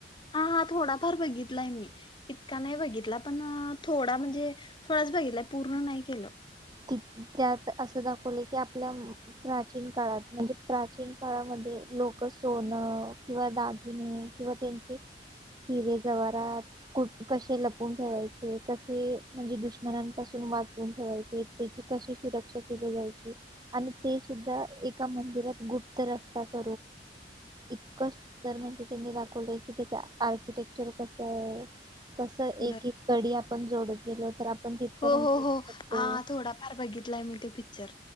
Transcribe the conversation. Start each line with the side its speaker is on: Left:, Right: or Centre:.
Left: हा थोडा फार बघितला मी इतका नाही बघितला पण थोडा म्हणजे थोडच बिघितला. पूर्ण नाही केलं.
Right: ठीके. त्यात असं दाखवले की, आपल्या प्राचीन काळात. म्हणजे प्राचीन काळामध्ये लोक सोनं किंवा दागिने किंवा त्यांचे हिरे जवारातु कसे लपून ठेवायचे कसे म्हणजे दुष्मणांसून <unintelligible> क सुरक्षा केली जायची आणि ते सुद्धा एका मंदिरात गुप्तर असतात.
Left: <unintelligible>
Right: इतकं सुर त्यांनी दाखवलंय की त्याच आर्किटेक्चर कस आहे. कस एक
Left: बर
Right: -एक कडी आपण जोडत गेलो तर आपण तिथपर्यंत
Left: हो हो
Right: पोहोचू
Left: हो
Right: शकतो
Left: ह, थोडाफार बघितलाय मी ते पिक्चर.